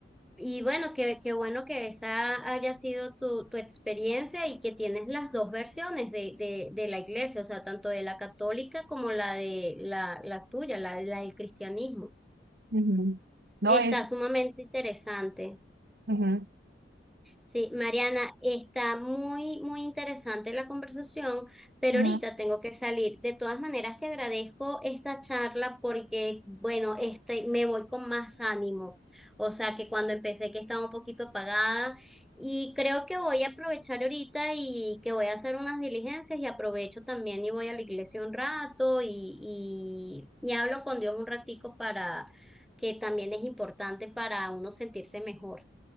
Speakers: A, in the centre; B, on the right.
A: Y bueno, qué, qué bueno que esa haya sido tu, tu experiencia y que tienes las dos versiones de, de, de la iglesia, o sea, tanto de la católica como la de la, la tuya, la, la del cristianismo.
B: Ujú. No
A: Está
B: es.
A: sumamente interesante.
B: ujú,
A: Sí, Mariana, está muy, muy interesante la conversación, pero
B: ujú,
A: ahorita tengo que salir. De todas maneras, te agradezco esta charla porque, bueno, este, me voy con más ánimo. O sea, que cuando empecé que estaba un poquito apagada y creo que voy a aprovechar ahorita y que voy a hacer unas diligencias y aprovecho también y voy a la iglesia un rato y, y, y hablo con Dios un ratico para que también es importante para uno sentirse mejor.